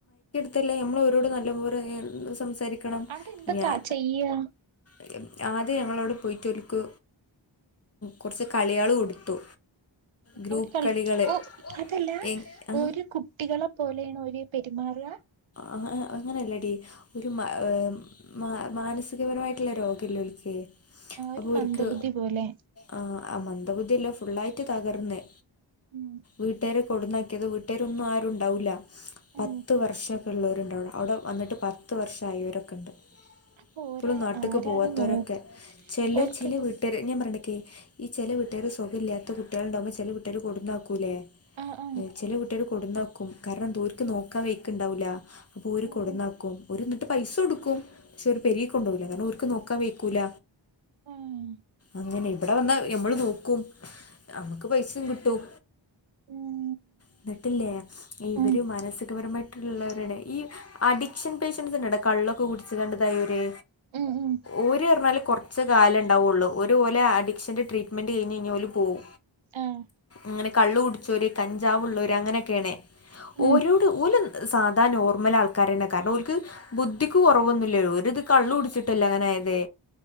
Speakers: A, on the left; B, on the right.
A: തല്ലെ നമ്മള് അവരോട് നല്ലപോലെ സംസാ രിക്കണം
B: അവിടെ എന്തൊക്കാ
A: ഞാൻ
B: ചെയ്യാ
A: <unintelligible> ആദ്യം ഞങ്ങളവിടെ പോയിട്ടൊർക്കു കൊറച്ച് കളികള് കൊടുത്തു ഗ്രൂപ്പ്
B: ഓര് കളിക്ക്
A: കളികള്
B: ഓ അതല്ല
A: എ ആ
B: ഓര് കുട്ടികളെ പോലേണോ? പെരുമാറാ
A: ആഹ് അങ്ങനല്ലടി ഒരു മാഹ് മാ മാനസികപരമായിട്ടുള്ള രോഗല്ലേ ഒലിക്ക്
B: ആ ഒരു
A: അപ്പൊ
B: മന്ദബുദ്ധി
A: ഒര്ക്ക്
B: പോലെ
A: ആഹ് ആ മന്ദ ബുദ്ധില്ലോ ഫുള്ളായിറ്റ് തകർന്നെ
B: ഉം
A: വീട്ടാര് കൊടന്നാക്കിയത് വീട്ടാരൊന്നും ആരും ഉണ്ടാവൂല്ല പത്ത്
B: ഉം
A: വർഷൊക്കെ ഉള്ളവരുണ്ടവിടെ അവിടെ വന്നിട്ട് പത്ത് വർഷായി ഇവരൊക്കെ ഉണ്ട്
B: അപ്പൊ
A: ഇപ്പളും
B: ഓരെ
A: നാട്ട്ക്ക്
B: ആരാണ്
A: പോവാത്തവരൊക്കെ
B: നോക്ക
A: ചെല
B: ഓർക്ക്
A: ചില വീട്ടുകാര് ഞാൻ പറേണ ഈ ചെല വിട്ട്കാര് സുഖോല്ലാത്ത കുട്ടികളുണ്ടാവുമ്പോ ചെല വീട്ടാര് കൊടുന്നാക്കും വുലെ
B: ആഹ് ആഹ്
A: ചെല വീട്ടാര് കൊടുന്താക്കും കാരണം ദൂർ നോക്കാൻ വയ്ക്കണ്ടാവൂല്ല അപ്പൊ ഓരു
B: ഉം
A: കൊടന്നാക്കും ഒരു എന്നിട്ട് പൈസ കൊടുക്കും പക്ഷെ ഒരു പെരിക്കു കൊണ്ടകൂല കാരണം ഓർക്ക് നോക്കാൻ വക്കൂല
B: ആഹ്
A: അങ്ങനെ ഇവിടെ വന്നാ നമ്മള് നോക്കും നമ്മുക്ക് പൈസേം കിട്ടും
B: ഉം
A: എന്നിട്ടില്ലേ ഇവര്
B: ഉം
A: മാനസികപരമായി ള്ളവരുടെ ഈ അഡിക്ഷൻ പേഷ്യൻസിന്റെ കള്ളൊക്കെ കുടിച്ച കണ്ടതായിവര്
B: ഉം ഉം
A: ഓരേ ർഞാല് കുറച്ച് കാലൊണ്ടാവുള്ളൂ. ഒരുപോലെ അഡിക്ഷൻന്റെ ട്രീറ്റ്മെന്റ് കഴിഞ്ഞഴിഞ്ഞ ഓല് പോവു
B: ആഹ്.
A: അങ്ങനെ കള്ള് കുടിചോര് കഞ്ച ജാവുള്ളൂര് അങ്ങനൊക്കെണ്.
B: ഉം
A: ഓരോട് ഓല് സാധാ നോർമൽ ആൾക്കാരാണ് കാരണം ഓൽക്ക് ബുദ്ധിക്ക് കുറവൊന്നില്ലല്ലോ ഒരിത് കള്ള് കുടിച്ചിട്ടല്ലോ അങ്ങനയത്.